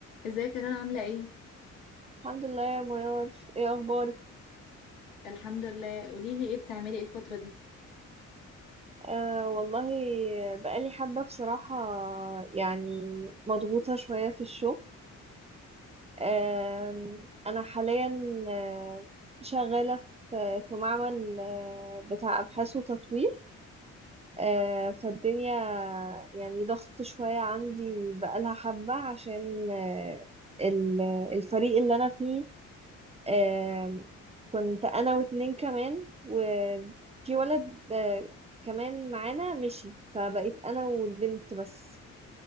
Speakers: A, on the left; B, on the right.
A: ازيك انا عامله ايه
B: الحمد لله يا منار ايه اخبارك
A: الحمد لله قولي لي ايه بتعملي ايه الفتره دي
B: آه والله بقالي حبة بصراحة يعني مضغوطة شوية في الشغل آه انا حاليا آه، شغالة في في معمل آه، بتاع ابحاث وتطوير آه فالدنيا يعني ضغط شوية عندي بقالها حبة عشان آه، ال- الفريق اللي انا فيه آم، كنت انا واتنين كمان وفي ولد آه، كمان معانا مشي فبقيت انا والبنت بس